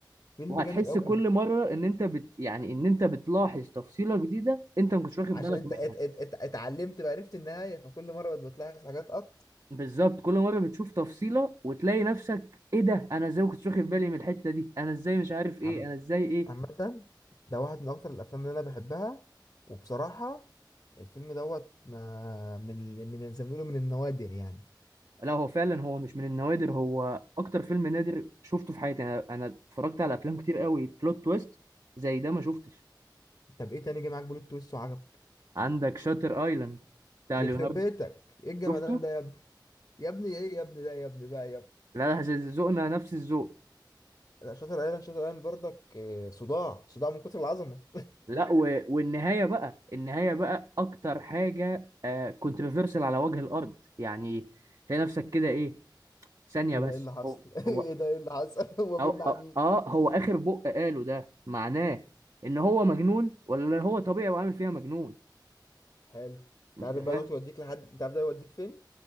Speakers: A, on the left (about 45°); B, on the right (about 55°).
A: فيلم
B: وهتحس
A: جامد قوي
B: كل مرة إن أنت بت يعني إن أنت بتلاحظ تفصيلة جديدة أنت ما كنتش واخد
A: عشان
B: بالك
A: انت ات
B: منها
A: ات ات اتعلمت بقى عرفت النهايه فكل مره بقت بتلاحظ حاجات اكتر
B: بالظبط كل مره بتشوف تفصيله وتلاقي نفسك ايه ده انا ازاي ما كنتش واخد بالي من الحته دي انا ازاي مش عارف ايه
A: عم
B: انا ازاي ايه
A: عامه ده واحد من اكتر الافلام اللي انا بحبها وبصراحه الفيلم دوت ما من من زي ما بيقولوا من النوادر يعني
B: لا هو فعلا هو مش من النوادر هو اكتر فيلم نادر شفته في حياتي انا انا اتفرجت على افلام كتير قوي بلوت تويست زي ده ما شفتش
A: طب ايه تاني جه معاك بلوت تويست وعجبك
B: عندك شاتر ايلاند بتاع
A: يخرب
B: ليوناردو
A: بيتك ايه الجمدان
B: شفته
A: ده يا ابني يا ابني ايه يا ابني ده يا ابني بقى يا ابني
B: لا لا ذوقنا نفس الذوق
A: لا شاطر ايلاند شاطر ايلاند برضك آه، صداع صداع من كتر العظمه
B: لا و... والنهايه بقى النهايه بقى اكتر حاجه آه كونتروفيرسال على وجه الارض يعني تلاقي نفسك كده ايه
A: <laughs>
B: ثانيه
A: ايه
B: بس
A: ده ايه اللي حصل
B: هو
A: <laughs>
B: هو
A: ايه ده ايه اللي حصل <laughs> هو
B: أو
A: مين مع
B: آه,
A: مين
B: آه هو آخر بق قاله ده معناه إن هو مجنون ولا هو طبيعي وعامل فيها مجنون
A: حلو
B: أنت
A: تعرف
B: فاهم؟
A: بقى دلوقتي يوديك لحد انت عارف ده يوديك فين